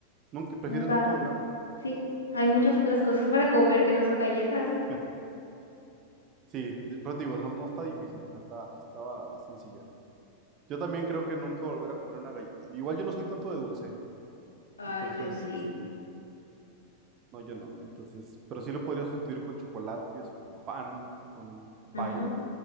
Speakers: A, on the right (about 35°); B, on the left (about 75°).
A: Nunca, prefieres
B: Nunca.
A: nunca volver.
B: Sí, hay muchas otras cosas para comer que no son galletas.
A: <laughs> Sí, pero te digo, no, no está difícil, o sea, está, estaba sencilla. Yo también creo que nunca volver a comer una galleta. Igual yo no soy tanto de dulce,
B: Ay,
A: entonces,
B: yo sí.
A: este, no, yo no. Entonces, pero sí lo podría sustituir con chocolates o con pan o con un
B: Ajá.
A: pie.